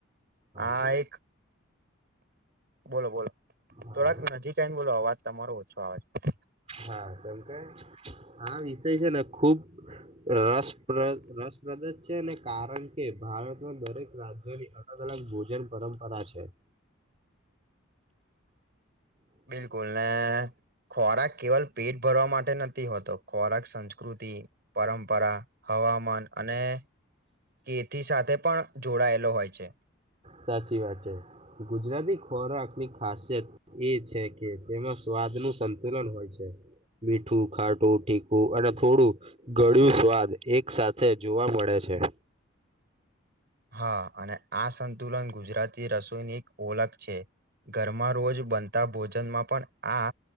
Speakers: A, on the right (about 50°); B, on the right (about 30°).
A: હા
B: કેમ કે
A: એક બોલો બોલો
B: હા
A: થોડાક
B: કેમ કે-
A: નજીક આવીને બોલો અવાજ તમારો ઓછો આવે છે
B: હા શમક આ વિષય છે ને ખુબ રસપ્ર રસપ્રદ જ છે ને કારણ કે ભારતમાં દરેક રાજ્યોની અલગ અલગ ભોજન પરંપરા છે <inaudible>
A: બિલકુલ ને ખોરાક કેવલ પેટ ભરવા માટે નથી હોતો ખોરાક સંસ્કૃતિ પરંપરા હવામાન અને કેથી સાથે પણ જોડાયેલો હોય છે.
B: સાચી વાત છે ગુજરાતી ખોરાક ની ખાસિયત એ છે કે તેમાં સ્ વાજનું સંતુલન હોય છે મીઠું ખાટું તીકું અને થોડું ગળયું સ્વાદ એક સાથેથે જોવા મળે છે. <unintelligible>
A: હા, અને આ સંતુલન ગુજરાતી રસોઈની એક ઓળખ છે. ઘરમાં રોજ બનતા ભોજનમાં પણ આ